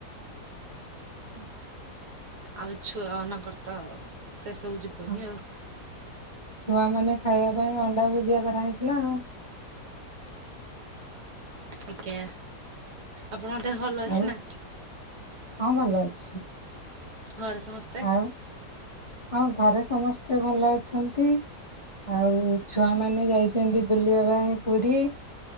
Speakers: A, on the left (about 25°); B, on the right (about 70°).
A: <unintelligible>
B: ଆଉ ଛୁଆ ମାନଙ୍କର ତ ସେ ସବୁ ଯିବନି
A: ହଁ
B: ଆଉ।
A: ଛୁଆ ମାନେ ଖାଇବା ପାଇଁ ଅଣ୍ଡା ଭୁଜିଆ କରାହେଇଥିଲା ଆଉ।
B: ଆଜ୍ଞା ଆପଣଙ୍କ ଦେହ ଭଲ ଅଛି
A: ଆଉ
B: ନା?
A: ହଁ ଭଲ ଅଛି।
B: ଘରେ ସମସ୍ତେ?
A: ଆଉ ହଁ ଘରେ ସମସ୍ତେ ଭଲ ଅଛନ୍ତି। ଆଉ ଛୁଆମାନେ ଯାଇଛନ୍ତି ବୁଲିବା ପାଇଁ ପୁରୀ।